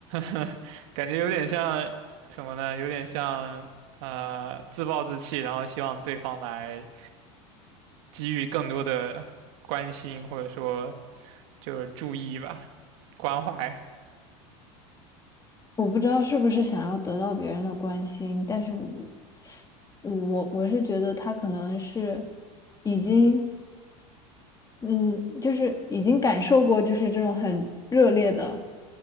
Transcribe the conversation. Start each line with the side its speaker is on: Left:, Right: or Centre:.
Right: <laughs> 感觉有点像什么呢？有点像呃自暴自弃，然后希望对方来给予更多的关心，或者说就是注意吧，关怀。
Left: 我不知道是不是想要得到别人的关心，但是我我我是觉得他可能是已经嗯，就是已经感受过，就是这种很热烈的，